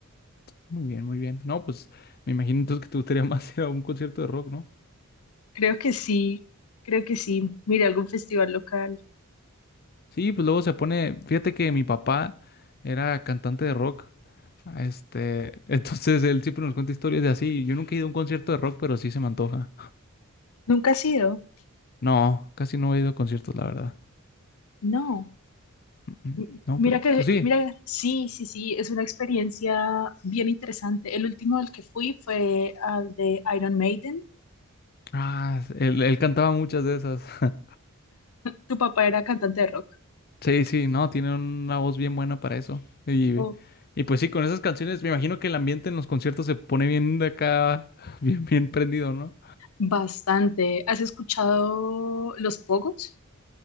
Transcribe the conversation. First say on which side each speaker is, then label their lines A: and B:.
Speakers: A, on the left; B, on the left.
A: Muy bien, muy bien. No, pues me imagino entonces que te gustaría <laughs> más ir a un concierto de rock, ¿no?
B: Creo que sí, creo que sí. Mira, algún festival local.
A: Sí, pues luego se pone, fíjate que mi papá era cantante de rock, este, <laughs> entonces él siempre nos cuenta historias de así. Yo nunca he ido a un concierto de rock, pero sí se me antoja.
B: ¿Nunca has ido?
A: No, casi no he ido a conciertos, la verdad.
B: No.
A: Mm,
B: M-
A: No, pero,
B: Mira que,
A: pues sí.
B: mira, sí, sí, sí, es una experiencia bien interesante. El último al que fui fue al de Iron Maiden.
A: Ah, él, él cantaba muchas de esas. <laughs>
B: Tu papá era cantante de rock.
A: Sí, sí, no, tiene una voz bien buena para eso. Y,
B: Oh,
A: y pues sí, con esas canciones, me imagino que el ambiente en los conciertos se pone bien de acá, <laughs> bien, bien prendido, ¿no?
B: Bastante. ¿Has escuchado los pogos?